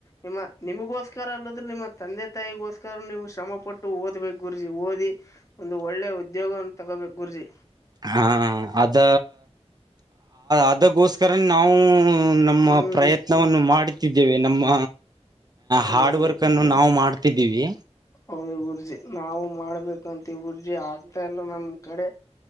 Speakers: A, on the left; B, on the right.
A: ನಿಮ್ಮ ನಿಮಗೋಸ್ಕರ ಅಲ್ಲದ್ರೂ ನಿಮ್ಮ ತಂದೆ ತಾಯಿಗೋಸ್ಕರ ನೀವು ಶ್ರ. ಶ್ರಮ ಪಟ್ಟು ಓದ್ಬೇಕು ಗುರ್ಜಿ ಓದಿ ಒಂದು ಒಳ್ಳೆ ಉದ್ಯೋಗವನ್ನು ತಗೋಬೇಕು ರೀ.
B: ಹಾ ಅದ ಅದಗೋಸ್ಕರ ನಾವು. ನಮ್ಮ
A: ಹ್ಮ್
B: ಪ್ರಯತ್ನವನ್ನು ಮಾಡುತ್ತಿದ್ದೇವೆ ನಮ್ಮ
A: ಹೌದು
B: ಹಾರ್ಡ್ ವರ್ಕ್ ಅನ್ನು ನಾವು ಮಾಡ. ಟ್ಟಿದ್ದೀವಿ.
A: ಹೌದು ಗುರ್ಜಿ ನಾವು ಮಾಡ್ಬೇಕಂತ. ೂರ್ಜೆ ಆಗ್ತಾ ಇಲ್ಲ ನಮ್ ಕಡೆ